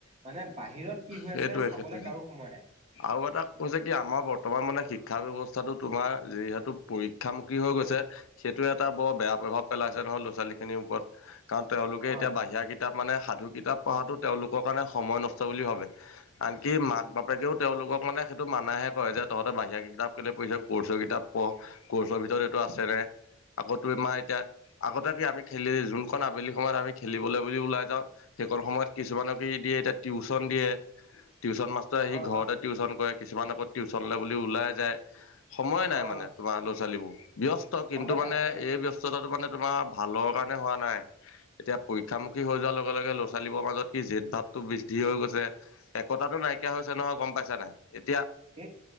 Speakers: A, on the right; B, on the left.
A: মানে বাহিৰত কি হৈ
B: সেইটোৱে,
A: আছে চাবলৈ
B: সেইটোৱে
A: কাৰো সময় নাই।
B: আৰু এটা কৈছে কি, আমাৰ বৰ্তমান মানে শিক্ষা ব্যৱস্থাটো তোমাৰ যিহেতু পৰীক্ষামুখী হৈ গৈছে সেইটোয়ে এটা বৰ বেয়া প্ৰভাৱ পেলাইছে নহয়, ল'ৰা ছোৱালী খিনিৰ ওপৰত কাৰণ, তেওঁলোকে
A: হয়,
B: এতিয়া বাহিৰা কিতাপ মানে সাধু কিতাপ পঢ়াটো তেওঁলোকৰ কাৰণে সময় নষ্ট বুলি ভাবে আনকি মাক বাপেকেও তেওঁলোকক মানে, সেইটো মানাহে কৰে যে তহঁতে বাহিৰা কিতাপ কেলে পঢ়িছ, কৰ্চৰ কিতাপ পঢ়, কোৰ্চৰ ভিতৰত এইটো আছে নে, আকৌ তোমাৰ এতিয়া আগতে, কি আমি খেলি যোনখন আবেলি সময়ত আমি খেলিবলৈ বুলি ওলাই যাওঁ সেকণ সময়ত কিছুমানক দিয়ে, এতিয়া টিউশচন দিয়ে টিউশচন মাষ্টৰে আহি
A: হয়,
B: ঘৰতে
A: হয়,
B: টিউশচন কৰে, কিছুমান আকৌ টিউশচনলে বুলি ওলাই যায় সময় নাই
A: হয়,
B: মানে,
A: হয়,
B: তোমাৰ ল'ৰা ছোৱালীবোৰ, ব্যস্ত কিন্তু
A: সময় নাই
B: মানে
A: সময় নাই
B: এই ব্যস্ত টাটো মানে, তোমাৰ ভালৰ কাৰণে হোৱা নাই এতিয়া পৰীক্ষামুখী হৈ, যোৱাৰ লগে লগে ল'ৰা ছোৱালীবোৰৰ মাজত কি জেদ ভাৱটো বৃদ্ধি হৈ গৈছে একতাটো নাইকিয়া হৈছে, নহয় গম পাইছা নাই এতিয়া
A: ধেত